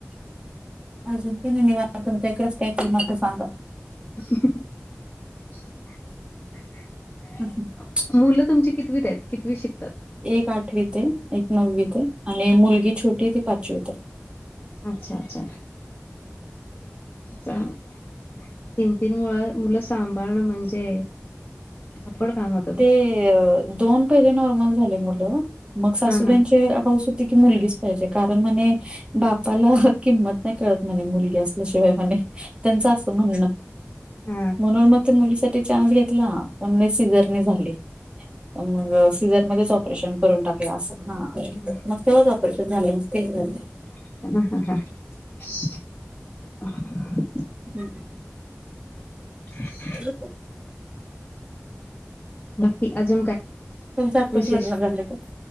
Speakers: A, on the right; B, on the left.
A: अजून भी निवांत तुमच्या इकडेच <unintelligible> काय ते सांगा
B: हं <inaudible>
A: असंच
B: मुलं तुमची कितवीत आहेत? कितवित शिक-
A: एक आठवी ते एक नववी ते आणि मुलगी छोटी ती पाचवी ते.
B: अच्छा अच्छा चांगलय. तीन तीन मुळ मुलं सांभाळणं म्हणजे, आपड कामत <inaudible>
A: ते दोन पहिले नॉर्मल झाले मुलं. मग सासूबाईंचि
B: हा हा
A: हौस होती की मुलगीच पाहिजे कारण म्हणे बापाला किंमत नाही कळत म्हणे मुलगी असल्याशिवाय म्हणे त्यांच असं म्हणणं,
B: हा
A: म्हणून मग ते मुलीसाठी चान्स घेतला. <unintelligible> ही सिझर नी झाली
B: हं <inaudible>
A: मग सीझर मध्येच ऑपरेशन करून टाकला असं, हा मग
B: ना
A: तेव्हाच ऑपरेशन झालं मग तीन झाले.
B: ह हा ह <inaudible>
A: हम्म
B: हा <inaudible>
A: करू का <inaudible>
B: बाकी अजून काय
A: तुमच आत्ताच
B: विशेष
A: लग्न झालं का